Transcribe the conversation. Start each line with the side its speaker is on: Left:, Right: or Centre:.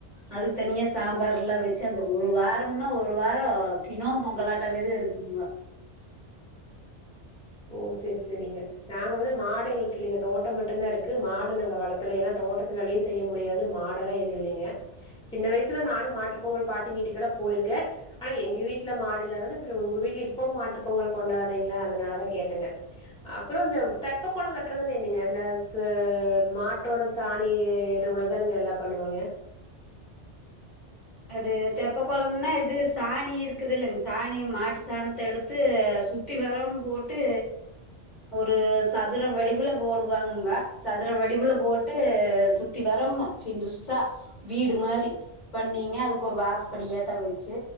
Left: அதுக்கு தனியா சாம்பாரல்லா வச்சு அந்த ஒரு வாரம்னா ஒரு வாரோ தினோ பொங்கலாட்டவிதுருக் உம் மா
Centre: ஓ செரி செரிங்க நாங்க வந்து மாடு எங்களுக்குயில்லிங்க தோட்டோ மட்டுதாருக்கு மாடு நாங்க வளத்தல ஏன்னா தோட்டத்துவேலயு செய்ய முடியாதுனு மாடலயெதுயில்லங்க சின்ன வயசுல நானு மாட்டு பொங்கல் பாட்டி வீட்டுக்கலா போயிருக்கே ஆனாயெங்க வீட்டுல மாடுயில்லாத சரி உங்க வீட்ல இப்போம் மாட்டு பொங்கல் கொண்டாடுறீங்களே அதனால தா கே கேட்டங்க அப்றோ இந்த தெப்ப குளோ கட்டுறதுன்னயென்னீங்க இந்த சா மாட்டோட சா சானி எருவுலதானங்கயெல்லா பண்ணுவாங்க
Left: அது தெப்பகுளம்னாயெது சாணிருக்குதுல்லைங்க சாணி மாட்டு சாணத்தயெடுத்து சுத்தி வேறம் போட்டு ஒரு சதுர வடிவுல போடுவாங்கங்க சதுர வடிவுல போட்டு சுத்தி வர ம்மா சின்ருசா வீடு மாரி பண்ணீங் னிய அதுக்கு ஒரு வாசப்படியாட்டோ வச்சு